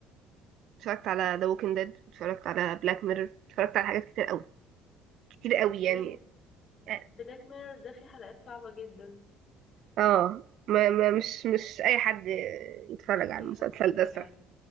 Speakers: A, on the right (about 60°); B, on the left (about 40°).
A: اتفرجت على ذا ووكينج ديد اتفرجت على بلاك ميرور اتفرجت على حاجات كتير قوي كتير قوي
B: بلاك
A: يعني اه
B: بلاك ميرور ده فيه حلقات صعبة جدا
A: آه، ما... ما مش مش اي حد يتفرج
B: مش
A: على
B: أي
A: المسلسل
B: حد يتفرج
A: ده صح
B: عليه